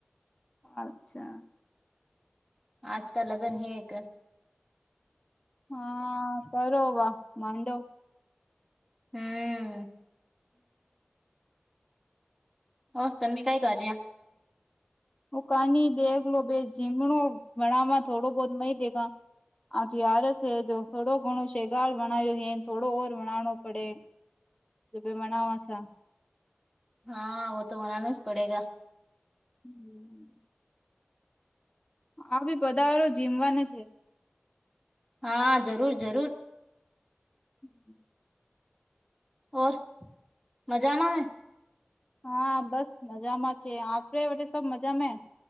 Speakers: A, on the left (about 25°); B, in the centre.
A: અચ્છા.
B: આજકા લગ્ન હે એક <inaudible>
A: હા કરોવા માંડો <inaudible>
B: હમ. હ તમી કઈ કરર્યા <inaudible>
A: હું કાની દેખલો ભજીમણો ભણામાં થોડો બહુત મહી દે કા <inaudible> આજ અગયારસ હેજ થોડો ઘણો શેગાર વણાય્યો હે થોડો ઓર વણણો પડે જો ભે મનાવા છે
B: હા વ તો બનાના જ પડેગ
A: હમ આ બી પધારો જીમવાને છે
B: હા જરૂર જરૂર
A: હમ
B: ઓ મજામાં ને
A: હા બસ મજામાં છે આપડે વ સબ મજા મે